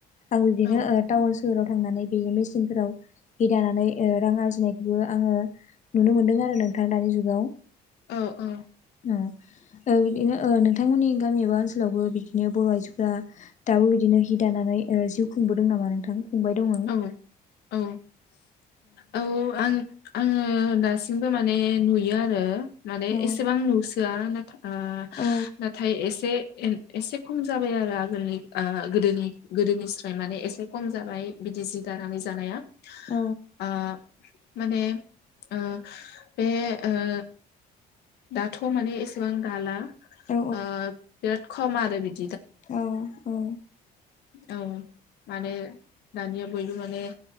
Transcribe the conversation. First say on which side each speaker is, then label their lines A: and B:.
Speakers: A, on the left (about 45°); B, on the left (about 75°).
A: आंबो बेनो
B: औ
A: टाउ सोहोराव थांनानै बेयो मेसिनफोराव हि दानानै ओ रां आरजिनायखौनो आङो नुनो मोनदों आरो नोंथां दानि जुगाव।
B: औ औ।
A: ओ औ बिदिनो ओ नोंथांमोननि गामि एबा ओनसोलावबो बिदिनो बर' आइजोफोरा दाबो बिदि नो हि दानानै ओ जिउ खुंबोदों नामा नोंथां? खुंबाय दङ
B: औ औ औ आं आङो ओ दासिमबो माने नुयो आरो। माने
A: औ
B: एसेबां नुसोआ नाथा आ
A: औ
B: नाथाय एसे एन एसे खम जाबाय आरो आगोलनि गोदोनि गोदोनिस्राय माने एसे खम जाबाय। बिदि जि दानानै जानाया
A: औ
B: ओ माने ओ बे ओ। दाथ' माने एसेबां दाला ओ
A: औ
B: बिराद खम आरो बि
A: औ औ।
B: औ। माने दानिया बयबो माने